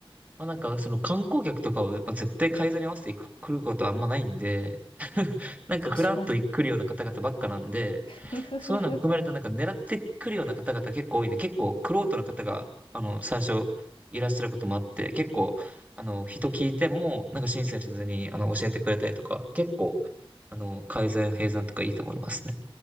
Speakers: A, on the right; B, on the left.
A: まあ、なんか、その観光客とかを、まあ、絶対改ざに合わせてく来ることはあんまないんで、<laughs> なんかふらっと来るような方々ばっかなんで、
B: 確かに。<laughs> ふふふ。
A: そういうの含めるとなんか狙ってくるような方々結構多いんで、結構玄人の方が、あの、最初いらっしゃることもあって、結構、あの、人聞いても、なんか親切に、あの、教えてくれたりとか、結構、あの、改ざん、閉山とかいいと思いますね。